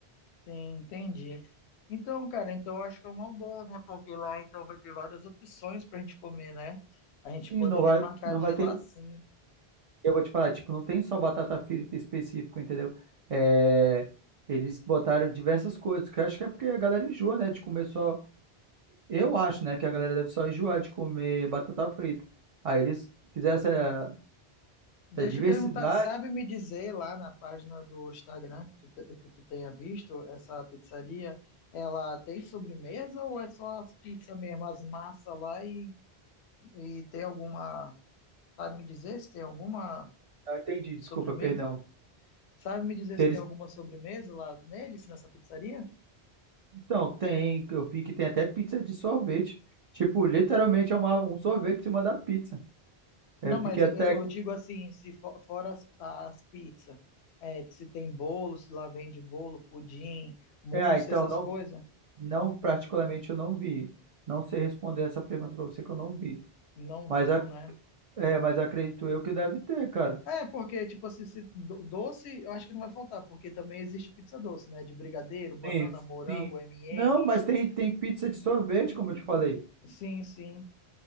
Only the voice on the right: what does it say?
E
não vai,
não
vai
ter,
eu vou te falar, tipo, não tem só batata frita específico, entendeu? É, eles botaram diversas coisas, que eu acho que é porque a galera enjoa, né, de comer só. Eu acho, né, que a galera deve só enjoar de comer batata frita. Aí eles fizeram essa,
essa diversidade.
Eu entendi, desculpa,
perdão.
se
eles
Então, tem, eu vi que tem até pizza de sorvete. Tipo, literalmente é uma, um sorvete em cima da pizza. Eu
fiquei
até.
é, Ah, então,
não,
não, particularmente eu não vi. Não sei responder essa pergunta pra você que eu não vi.
Mas,
a-
é, mas acredito eu que deve ter, cara.
Sim,
sim.
Não, mas tem, tem pizza de sorvete, como eu te falei.